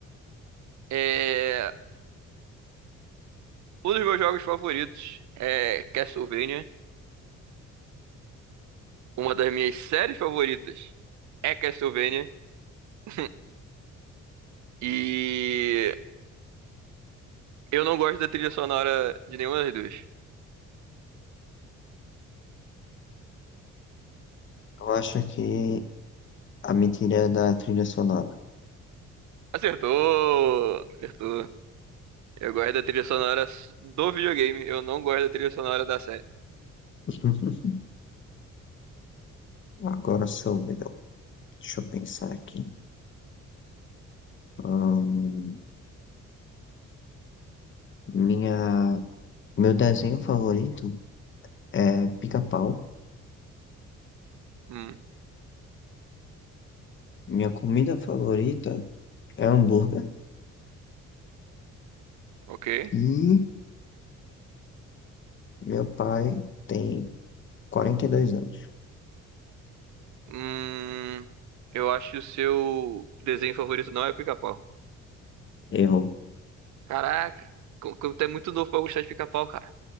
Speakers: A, on the right (about 70°); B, on the left (about 40°).
A: É, um dos meus jogos favoritos é Castlevania. Uma das minhas séries favoritas é Castlevania. <laughs> E eu não gosto da trilha sonora de nenhuma das duas.
B: Eu acho que a mentira é da trilha sonora.
A: Acertou! Acertou. Eu gosto da trilha sonora do videogame, eu não gosto da trilha sonora da série.
B: <laughs> Agora sou eu. Deixa eu pensar aqui. Ahn, minha, meu desenho favorito é pica-pau.
A: Hum,
B: Minha comida favorita é hambúrguer.
A: ok.
B: E meu pai tem 42 anos.
A: Hum, eu acho que o seu desenho favorito não é Pica-Pau.
B: Errou.
A: Caraca, como como tu é muito novo pra gostar de Pica-Pau, cara.